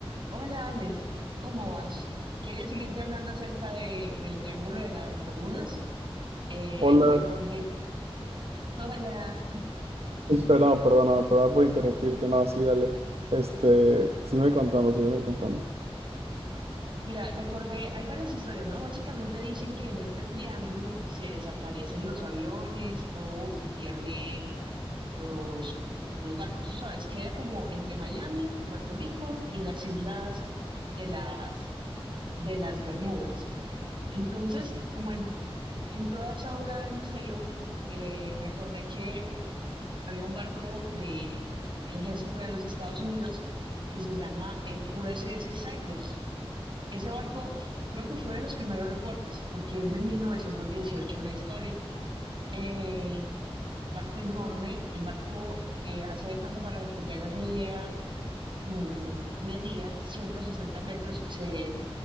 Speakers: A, on the right (about 50°); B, on the right (about 80°).
A: Hola Ale, ¿cómo vas? Quería seguirte hablando acerca de, del Triángulo de las Bermudas. Eh,
B: Hola,
A: recordé, <laughs> hola,
B: <laughs> Perdón, perdóname, perdón por interrumpirte. No, sí, dale. Este, sígueme contando, sígueme contando.
A: mira, recordé, hay varias historias, ¿no? Básicamente dicen que en este triángulo se desaparecen los aviones o se pierden los, los barcos. Tú sabes, queda como entre Miami, Puerto Rico y las islas de las, de las Bermudas. Entonces, como en, en toda esa obra de misterio, eh, recordé que había un barco del ejército de los Estados Unidos que se llama el USS Cyclops. Ese barco creo que fue de los primeros reportes, porque es de 1918 la historia. Eh, un barco enorme, el barco, eh, hace de cuenta para que te hagas una idea, mm, medía 160 metros y se,